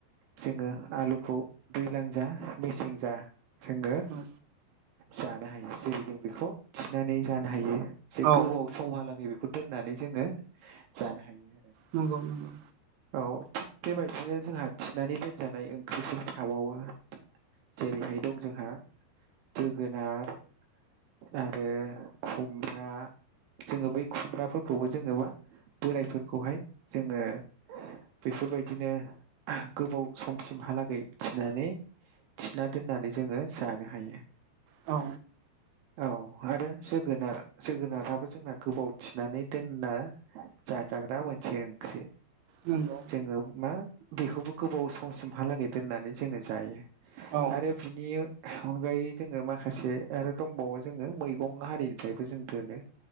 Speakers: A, on the right; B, on the right.
A: जोङो आलुखौ दैज्लां जा मेसें जा जोङो
B: औ
A: जानो हायो जेरै जों बेखौ थिनानै जानो हायो जे
B: औ
A: गोबाव समहालागै बेखौ दोननानै जोङो जानो हायो आरो।
B: नंगौ नंगौ
A: औ थिग बेबायदिनो जोंहा थिनानै दोनजानाय ओंख्रिफोर थाबावो जेरैहाय दं जोंहा जोगोनार आरो खुमब्रा जोङो बै खुमब्राफोरखौबो जोङोबा बोरायफोरखौहाय जोङो बेफोरबायदिनो गोबाव समसिमहालागै थिनानै थिना दोननानै जोङो जानो हायो।
B: औ
A: औ आरो जोगोनार जोगोनाराबो जोंना गोबाव थिनानै दोनना जाजाग्रा मोनसे ओंख्रि।
B: नोंगौ
A: जोङो मा बेखौबो गोबाव समसिमहालागै दोननानै जोङो जायो।
B: औ
A: आरो बिनि अनगायै जोङो माखासे आरो दंबावो जोङो मैगं हारिनिफ्रायबो जों दोनो।